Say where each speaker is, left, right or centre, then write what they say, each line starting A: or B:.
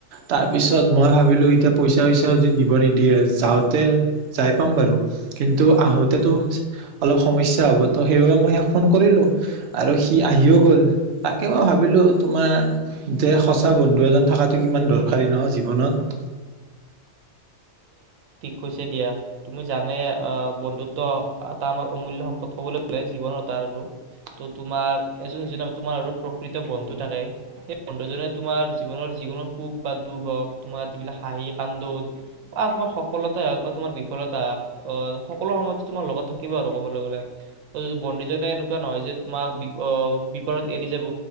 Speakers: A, on the right; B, on the right.
A: তাৰপিছত মই ভাবিলো প ইছা চ ইছা নিব নিদিয়ে জনাওঁতে জা ইপাম বাৰু। কিন্ত আহোতেই অলপ সমস্যা হব ত সেইবাবে মই। ফোন কৰিলোঁ আৰু। কি আহিওঁ গ'ল তাকে মই ভাবিলোঁ। তোমাৰ যে সঁচা বন্ধু এজন থকাটো কিমান দৰকাৰী ন জীৱনত।
B: হৈছে দিয়া তুমি জানে অ বন্ধুত্ব এটা আমাৰ অমূল্যয় সম্পদ ক'বলৈ হ'লে জীৱন তাৰ আৰু, ত' তোমাৰ এজন হিছাপে তোমাৰ আৰু প্ৰকৃত বন্ধু থাকে। সেই বন্ধুজনে তোমাৰ জীৱনৰ যিকোনো সুখ বা দুখ হওঁক তোমাৰ যিবিলাক হাঁহি কান্দোন। অ তোমাৰ সফলতাই হওঁক বা তোমাৰ বিফলতা হওঁক আহ সকলো সময়তে তোমাৰ লগত থাকিব। আৰু ক'বলৈ গ'লে বন্ধুজনে এনেকুৱা নহয় যে তোমাক বিপদত এৰি যাব,